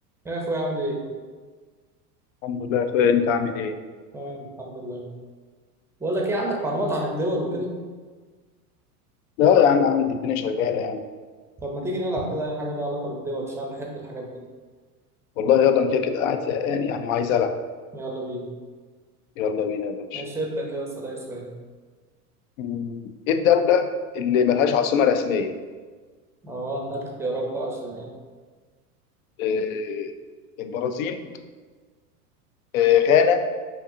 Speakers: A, in the centre; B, on the left.
A: يا اخويا عامل ايه؟
B: الحمد لله يا اخويا انت عامل ايه؟
A: تمام الحمد لله بقول لك ايه عندك معلومات عن الدول وكده؟
B: لا يا عم عندي الدنيا شغالة يعني
A: طب ما تيجي نلعب كده اي حاجه لها علاقه بالدول عشان انا بحب الحاجات دي
B: والله يلا انا كده كده قاعد زهقان يعني وعايز ألعب
A: يلا بينا
B: يلا بينا يا باشا
A: ماشي ابدا كده اسال اي سؤال
B: مم. ايه الدولة اللي ملهاش عاصمة رسمية؟
A: اه هات اختيارات بقى عشان ايه
B: إيه البرازيل إيه غانا